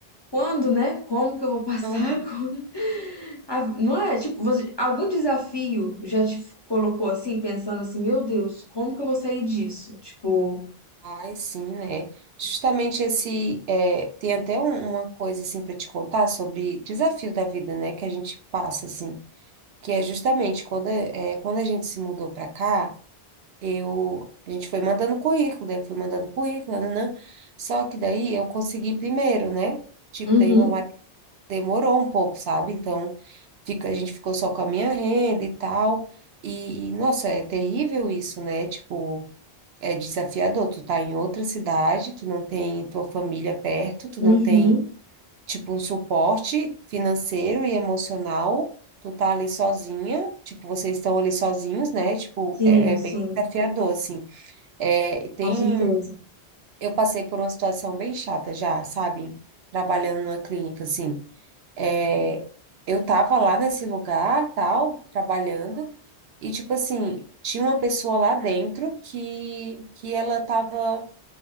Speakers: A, on the left; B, on the right.
A: quando, né? Como que eu vou passar?
B: Aham.
A: <laughs> Quando? A- não é? Tipo, você, algum desafio já te colocou assim, pensando assim, meu Deus, como que eu vou sair disso? Tipo,
B: Ai, sim, né? Justamente esse. é, tem até um- uma coisa, assim, para te contar sobre desafio da vida, né? Que a gente passa, assim. que é justamente quando, é, quando a gente se mudou para cá, eu, a gente foi mandando currículo, daí eu fui mandando currículo, nananã. Só que daí eu consegui primeiro, né? Tipo,
A: uhum,
B: daí meu marido demorou um pouco, sabe? Então, fica, a gente ficou só com a minha renda e tal. E, e, nossa, é terrível isso, né? Tipo, é desafiador. Tu tá em outra cidade, tu não tem tua família perto, tu
A: uhum,
B: não tem tipo, um suporte financeiro e emocional. Tu tá ali sozinha, tipo, vocês estão ali sozinhos, né? Tipo,
A: sim,
B: é, é bem
A: sim,
B: desafiador, assim. É, tem,
A: com certeza.
B: eu passei por uma situação bem chata já, sabe? Trabalhando numa clínica, assim. É, eu tava lá nesse lugar, tal, trabalhando, e, tipo assim, tinha uma pessoa lá dentro que, que ela tava